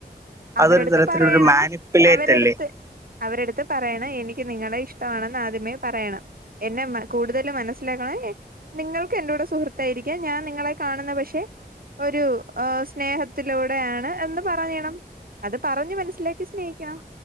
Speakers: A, on the right; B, on the right.
A: അവരെടുത്ത്
B: അതൊരു തരത്തിലൊരു
A: പറയണം
B: മാനിപ്പുലേറ്റ്
A: അവരെട്ത്ത്
B: അല്ലേ
A: അവരെട്ത്ത് പറയണം എനിക്ക് നിങ്ങളെ ഇഷ്ടമാണെന്ന് ആദ്യമേ പറയണം എന്നെ മ കൂടുതല് മനസ്സിലാക്കണെങ്കി നിങ്ങൾക്ക് എന്റെൂട സുഹൃത്തായിരിക്കാം. ഞാൻ നിങ്ങളെ കാണുന്ന പക്ഷെ ഒരു ആഹ് സ്നേഹത്തിലൂടെയാണ് എന്ന് പറയണം അത് പറഞ്ഞ് മനസ്സിലാക്കി സ്നേഹിക്കണം